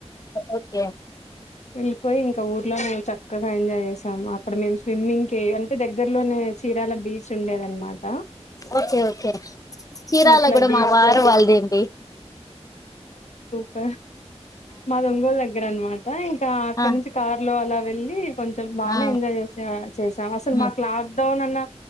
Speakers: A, on the left (about 30°); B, on the left (about 90°).
A: ఓకే
B: వెళ్ళిపోయి ఇంకా ఊర్లో నే చక్క చక్కగా ఎంజాయ్ చేసాం అక్కడ మేము స్విమ్మింగ్ కే అంటే దగ్గరలోనే చీరాల బీచ్ ఉండేది అన్నమాట
A: ఓకే ఓకే చీరాల
B: అట్లా
A: కూడా
B: బీచ్
A: మా వారు వాళ్లది అండి
B: ప మా ఒంగోలు దగ్గర అన్నమాట ఇంకా అక్కడినుంచి
A: ఆ
B: కార్ లో అలా మీ కొంచెం బాగానే
A: ఆ
B: ఎంజాయ్ చేస చేసాం అసలు
A: హ్మ్.
B: మాకు లాక్ డౌన్ అన్న